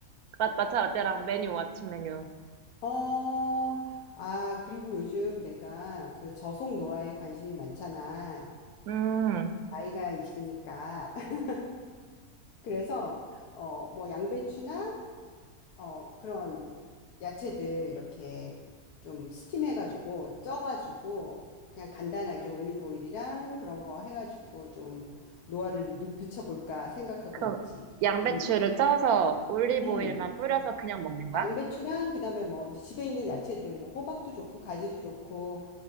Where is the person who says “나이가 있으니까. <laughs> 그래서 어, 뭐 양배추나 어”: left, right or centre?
Left